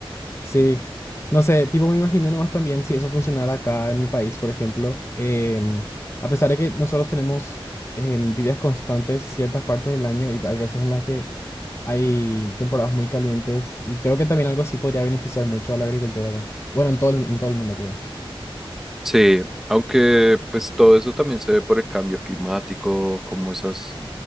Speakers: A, on the left (about 30°); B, in the centre.
A: Sí, no sé, tipo me imagino nomás también si eso funcionara acá en mi país, por ejemplo, em, a pesar de que nosotros tenemos em, lluvias constantes ciertas partes del año y hay veces en las que hay temporadas muy calientes y creo que también algo así podría beneficiar mucho a la agricultura acá. Bueno, en todo el, en todo el mundo creo.
B: Sí, aunque pues todo eso también se ve por el cambio climático, como esos